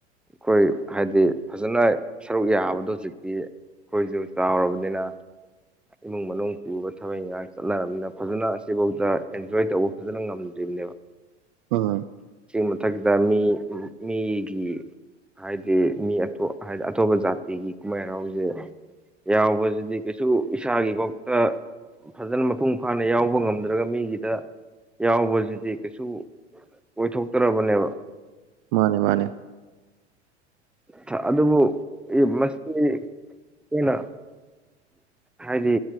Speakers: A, in the centre; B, on the right.
A: ꯑꯈꯣꯏ ꯍꯥꯏꯗꯤ ꯐꯖꯅ ꯁꯔꯨꯛ ꯌꯥꯕꯗꯣ ꯍꯨꯖꯤꯛꯇꯤ ꯑꯩꯈꯣꯏꯁꯨ ꯆꯧꯔꯕꯅꯤꯅ ꯏꯃꯨꯡ ꯃꯅꯨꯡ ꯄꯨꯕ ꯊꯕꯛ ꯏꯪꯈꯥꯡ ꯆꯠꯅꯔꯕꯅꯤꯅ ꯐꯖꯅ ꯑꯁꯤꯐꯥꯎꯗ ꯑꯦꯟꯖꯣꯏ ꯇꯧꯕ ꯐꯖꯅ ꯉꯝꯗ꯭ꯔꯤꯕꯅꯦꯕ
B: ꯑꯪ
A: ꯁꯤꯒꯤ ꯃꯊꯛꯁꯤꯗ ꯃꯤ ꯃꯤꯒꯤ ꯍꯥꯏꯗꯤ ꯃꯤ ꯑꯇꯣꯞ ꯍꯥꯏꯗꯤ ꯑꯇꯣꯞꯄ ꯖꯥꯇꯤꯒꯤ ꯀꯨꯝꯍꯩ ꯍꯔꯥꯎꯖꯦ ꯌꯥꯎꯕꯁꯤꯗꯤ ꯀꯩꯁꯨ ꯏꯁꯥꯒꯤ ꯕꯣꯛꯇ ꯐꯖꯅ ꯃꯄꯨꯡ ꯐꯥꯅ ꯌꯥꯎꯕ ꯉꯝ ꯉꯝꯗ꯭ꯔꯥꯒ ꯃꯤꯒꯤꯗ ꯌꯥꯎꯕꯁꯤꯗꯤ ꯀꯩꯁꯨ ꯑꯣꯏꯊꯣꯛꯇꯕꯅꯦꯕ
B: ꯃꯥꯅꯦ ꯃꯥꯅꯦ
A: <unintelligible> ꯑꯗꯨꯕꯨ ꯃꯁꯤ ꯍꯦꯟꯅꯥ ꯍꯥꯏꯗꯤ